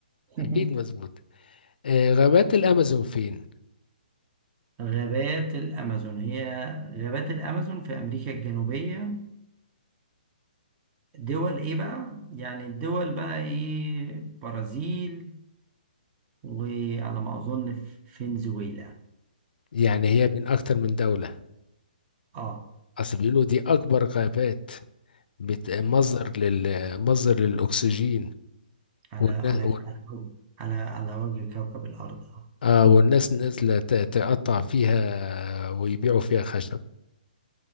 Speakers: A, on the right; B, on the left.
A: <laughs>
B: اكيد مظبوط آه غابات الامازون فين
A: غابات الأمازون هي غابات الأمازون في أمريكا الجنوبية دول إيه بقى؟ يعني الدول بقى إيه برازيل وعلى ما أظن ف- فنزويلا
B: يعني هي بين اكتر من دولة
A: آه
B: اصل بيقولوا دي اكبر غابات بت- مصدر
A: على
B: لل مصدر للاكسجين
A: على
B: والناس
A: على على على وجه كوكب الأرض آه
B: آه والناس نازلة ت- تقطع فيها ويبيعوا فيها خشب